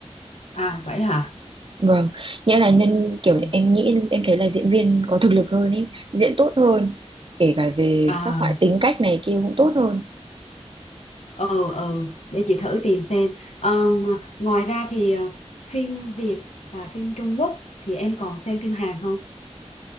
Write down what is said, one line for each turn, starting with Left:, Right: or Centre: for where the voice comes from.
Left: à vậy hả
Right: vâng nghĩa là nhân kiểu
Left: ừ.
Right: em nghĩ em thấy là diễn viên có thực lực hơn ấy diễn tốt hơn kể cả về
Left: à
Right: các loại tính cách này kia cũng tốt hơn
Left: ừ ừ để chị thử tìm xem Ờ, ng- ngoài ra thì à, phim Việt và phim Trung Quốc thì em còn xem phim Hàn không